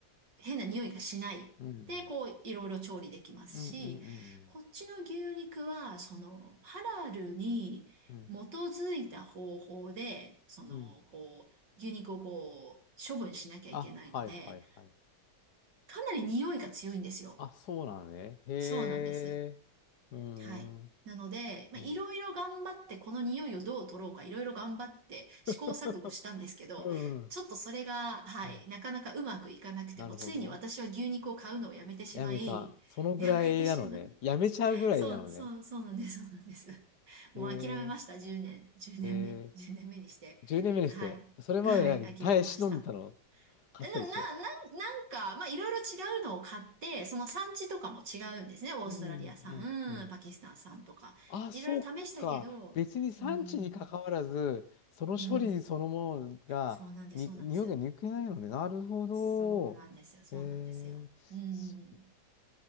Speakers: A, on the right (about 80°); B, on the left (about 70°).
A: 変な匂いがしない。
B: うん。
A: で、こう、いろいろ調理できますし、
B: うん。うん。
A: こっちの牛肉は、その、ハラルに基づいた方法で、
B: うん。うん。
A: その、
B: うん
A: こう、牛肉をこう、処分しなきゃいけないので、
B: あ、はい、はい、はい。
A: かなり匂いが強いんですよ。
B: あ、そうなのね。へ
A: そうなんです。
B: え。うーん。
A: はい。なので、まあ、
B: うん。
A: いろいろ頑張って、この匂いをどう取ろうか、いろいろ頑張って試行錯誤したんですけど、
B: <laughs> うん。
A: ちょっとそれが、はい、
B: うん
A: なかなかうまくいかなくても、
B: なるほど。
A: ついに私は牛肉を買うのをやめてしまい、
B: やめた。そのぐらいなのね。
A: やめてしまい、
B: やめちゃうぐらいなのね。
A: そう、そう、そうなんです、そうなんです。もう諦めました、
B: へえ
A: 10年、10年目、
B: ー、えー、
A: 1年目にして。
B: 10年目にして、
A: はい、
B: それまで何耐え忍んでたの
A: はい、諦めました。
B: 勝ってたで
A: な、な、な、なんか、まあ、いろいろ違うのを買って、その産地とかも違うんですね。オーストラリア産、
B: うん、うん、うん。
A: うんパキスタン産とか。
B: あ、そうか。
A: いろいろ試したけど、
B: 別に産地に関わらず、
A: うん、
B: その処理そのものが、
A: うん、そうなんです、
B: に、
A: そうなんです。
B: 匂いが抜けないのね。なるほど。
A: そうなんですよ、そうなんですよ。
B: えー、
A: うんうんうん。
B: そっ